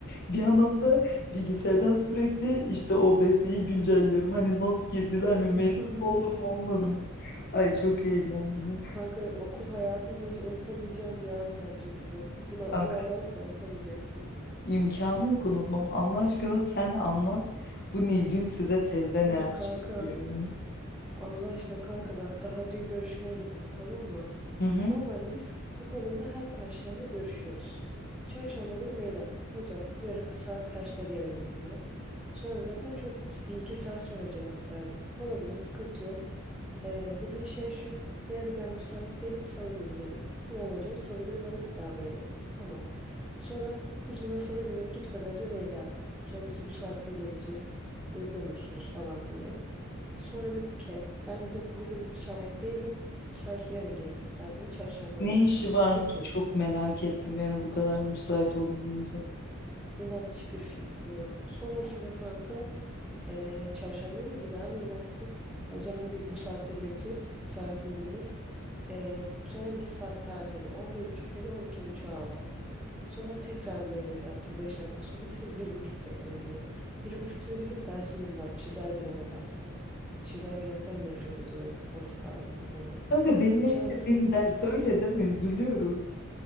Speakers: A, on the left (about 50°); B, in the centre.
A: Bir yandan da bilgisayardan sürekli işte o OBS'yi güncelliyorum. Hani not girdiler mi, mezun
B: <laughs>
A: oldum mu olmadım mı? Ay çok heyecanlıydı.
B: Kanka okul hayatım boyunca unutamayacağım bir an bence bu. Buna,
A: Kanka
B: bu anı asla unutamayacaksın.
A: imkanı yok unutmam. Allah aşkına sen anlat. Bu Nilgün size tezde
B: Ya
A: neler
B: kanka
A: çektiriyor yani.
B: Allah aşkına kanka bak daha dün görüşmeye gittim tamam mı?
A: Hı hı.
B: Normalde biz bu kadınla her perşembe görüşüyoruz. Çarşamba günü mail attık. Hocam yarın saat kaçta gelelim diye. Sonra zaten çok bir iki saat sonra cevap verdi. Olabilir sıkıntı yok. Ee, dediği şey şu. Yarın ben müsait değilim. Salı günü gelin. Tamam hocam. Salı günü bana bir daha mail atın. Tamam. Sonra biz buna salı günü gitmeden önce mail attık. Hocam biz bu saatte geleceğiz. Uygun musunuz falan diye. Sonra dedi ki ben de bugün müsait değilim. Çar yarın gelin. Yani çarşamba
A: Ne
B: günü.
A: işi varmış
B: Yani dün.
A: çok merak ettim yani bu kadar müsait olunmayacak.
B: İnan hiçbir fikrim yok. Sonrasında kanka eee, çarşamba günü bir daha mail attık. Hocam biz bu saatte geleceğiz. Müsait miydiniz? Eee, sonra bir saat daha erteledi. on bir buçuktaydı, on iki 12.30'a aldı. Sonra tekrar mail attı bir 5 dakika sonra. Siz 1.30'da gelin diye. 1.30'da da bizim dersimiz var. Çizelgeleme dersi. Çizelgelemeden nefret ediyorum. Orası ayrı bir konu.
A: Kanka benim
B: Sonrasında
A: en sevdiğim ders öyle deme üzülüyorum.